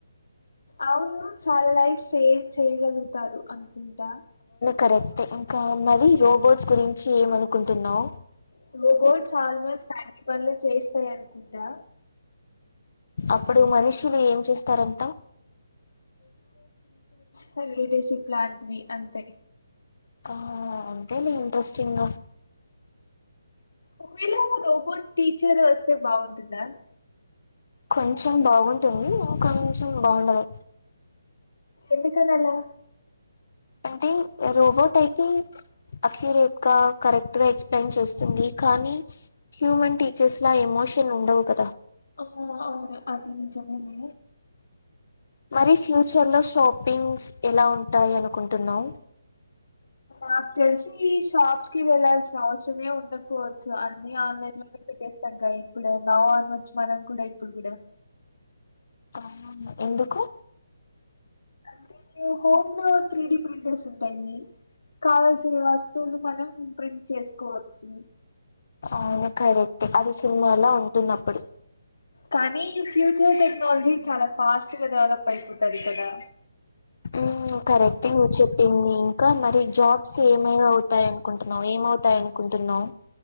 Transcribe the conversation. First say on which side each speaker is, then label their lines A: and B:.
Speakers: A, on the left; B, on the left.
A: అవును చాల లైఫ్ సేవ్ చేయగలుగుతారు అనుకుంటా
B: కరెక్ట్ ఇంకా మరి రోబోట్స్ గురించి ఏమనుకుంటున్నావు
A: <unintelligible> పనులు చేస్తాయి అనుకుంటా
B: అప్పుడు మనుషులు ఏం చేస్తారంట
A: హలిడేషిప్ లాంటివి అంతే
B: ఆ అంతే లే ఇంట్రెస్టింగ్గా
A: ఒకవేళ రోబోట్ టీచర్ వస్తే బాగుంటుందా
B: కొంచెం బాగుంటుంది కొంచెం బాగుండదు
A: ఎందుకాని ఆలా
B: అంటే ఇగ రోబోట్ అయితే అఖిరేట్ కరెక్ట్ గా ఎక్స్ప్లెయిన్ చేస్తుంది. కానీ హ్యూమన్ టీచర్స్ ఇలా ఎమోషన్ ఉండవు కదా
A: హొ అవును అది నిజమే
B: మరి ఫ్యూచర్ లో షాపింగ్స్ ఎలా ఉంటాయి అనుకుంటున్నావు
A: నాకు తెలిసి ఈ షాప్ కి వెళ్లాల్సిన అవసరమే ఉండకపోవచ్చు అన్ని ఆన్లైన్ లో పెట్టేస్తాంక ఇప్పుడు మావా అనచ్చు మనం కూడా ఇప్పుడు కూడా
B: ఆవును ఎందుకు
A: అంటే హోమ్ లో త్రీడి ప్రింటర్స్ ఉంటాయి కావల్సిన వస్తువులు మనం ప్రింట్ చేసుకోవచ్చు
B: ఆవును కరెట్టే అది సినిమాలా ఉంటుంది ఆప్పుడు
A: కానీ ఫ్యూచర్ టెక్నాలజీ చాలా ఫాస్ట్ గా డెవలప్ అయిపోతది కదా
B: హ్ కరెట్టే నువ్వు చెప్పింది చెప్పింది ఇంకా మరి జాబ్స్ ఏమయి అవుతాయి అనుకుంటున్నావు ఏమవుతాయ అనుకుంటున్నావు